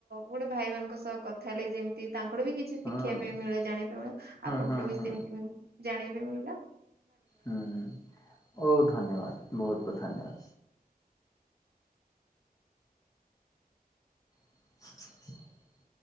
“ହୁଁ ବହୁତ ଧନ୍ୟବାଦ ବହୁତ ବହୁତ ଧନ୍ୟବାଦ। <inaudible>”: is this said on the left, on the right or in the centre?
Left